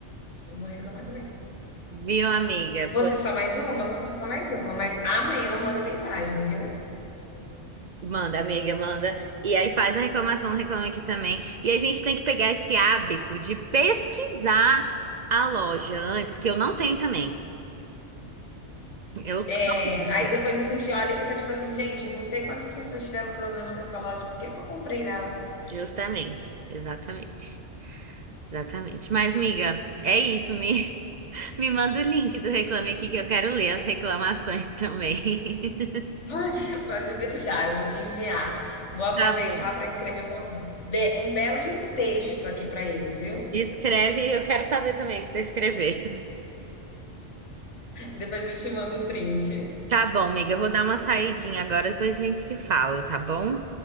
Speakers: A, on the left (about 80°); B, on the right (about 45°).
A: Eu vou reclamar também.
B: Viu, amiga?
A: Você só mais uma? Você só mais uma. Mas amanhã eu mando mensagem, viu?
B: Manda, amiga, manda. E aí faz a reclamação, reclama aqui também. E a gente tem que pegar esse hábito de pesquisar a loja antes, que eu não tenho também. Eu
A: É,
B: só compro.
A: aí depois a gente olha e fica tipo assim, gente, não sei quantas pessoas tiveram problema com essa loja, por que que eu comprei nela? <laughs>
B: Justamente, exatamente. Exatamente. Mas, amiga, é isso. Me, <laughs> me manda o link do Reclame Aqui que eu quero ler as reclamações também. <laughs>
A: Pode, pode deixar, eu vou te enviar. Vou aproveitar
B: Tá bom.
A: para escrever uma be- um belo de um texto aqui para eles, viu?
B: Escreve, eu quero saber também o que você escrever.
A: Depois eu te mando o print.
B: Tá bom, amiga, eu vou dar uma saidinha agora, depois a gente se fala, tá bom?